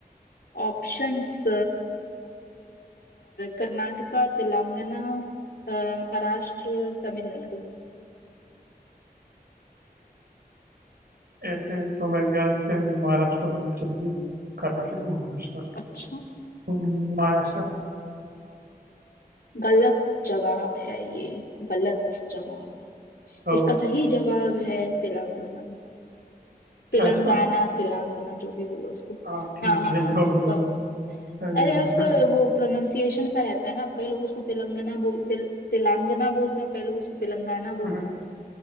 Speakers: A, on the left; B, on the right.
A: ऑप्शंस कर्नाटका तेलंगाना अ, महाराष्ट्र तमिलनाडु
B: ऐसे तो मेरे ख्याल से महाराष्ट्र में सब चाहिए कर्नाटक या महाराष्ट्र
A: अच्छा
B: हम्म, महाराष्ट्र
A: गलत जवाब है ये गलत जवाब
B: तो
A: इसका सही जवाब है तेलंगाना
B: अच्छा
A: तेलंगाना
B: है इसका?
A: तेलंगाना जो भी बोलो उसको
B: हाँ ठीक
A: हाँ हाँ
B: है
A: हाँ
B: जो
A: उसका
B: भी हो अरे
A: अरे
B: यार
A: उसका वो प्रोनाउंसिएशन का रहता है ना अब कई लोग उसको तेलंगाना बोल तिल, तेलंगाना बोलते हैं कई लोग उसको तेलंगाना बोलते
B: हम्म,
A: हैं